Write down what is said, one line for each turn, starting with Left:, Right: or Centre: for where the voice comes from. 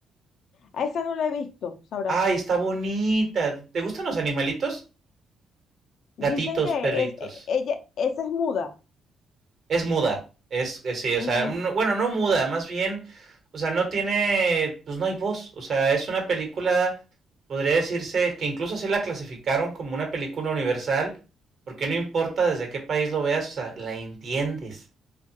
Left: A esa no la he visto, sabrás.
Right: Ay, está bonita. ¿Te gustan los animalitos?
Left: Dicen
Right: Gatitos,
Left: que
Right: perritos.
Left: es, e- ella, esa es muda.
Right: Es muda. Es, es- sí, o
Left: Mm,
Right: sea, un- bueno, no muda, más bien, o sea, no tiene, pues no hay voz. O sea, es una película, podría decirse que incluso así la clasificaron como una película universal, porque no importa desde qué país lo veas, o sea, la entiendes.